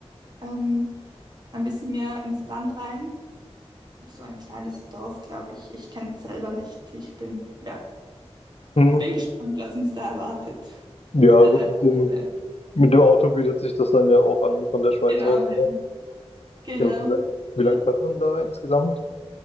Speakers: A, on the right; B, on the left.
A: Ähm, ein bisschen mehr ins Land rein. So ein kleines Dorf, glaube ich. Ich kenne es selber nicht. Ich bin, ja,
B: Hm.
A: bin gespannt, was uns da erwartet.
B: ja
A: Es wird
B: gut,
A: ein-
B: mit dem,
A: ja,
B: mit dem Auto bietet sich das dann ja auch an von der Schweiz
A: Genau,
B: aus.
A: ja. Genau.
B: Ja, wie, wie lange
A: Ja.
B: fährt man da insgesamt?